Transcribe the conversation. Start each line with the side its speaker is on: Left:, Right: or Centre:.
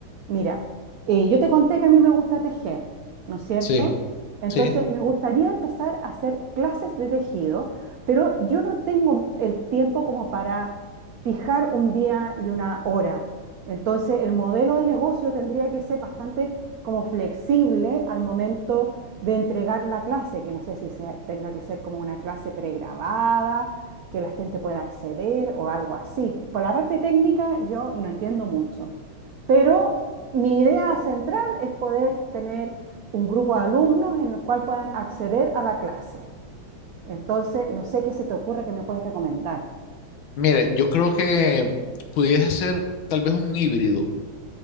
Right: Mira, eh, yo te conté que a mí me gusta tejer, ¿no es cierto?
Left: sí,
Right: Entonces,
Left: sí.
Right: me gustaría empezar a hacer clases de tejido, pero yo no tengo el tiempo como para fijar un día y una hora. Entonces, el modelo de negocio tendría que ser bastante como flexible al momento de entregar la clase, que no sé si se- tenga que ser como una clase pregrabada, que la gente pueda acceder o algo así. Pero Por la parte técnica yo no entiendo mucho, pero mi idea central es poder tener un grupo de alumnos en el cual puedan acceder a la clase. Entonces, no sé qué se te ocurra que me puedes recomendar.
Left: Mira, yo creo que pudieras hacer tal vez un híbrido,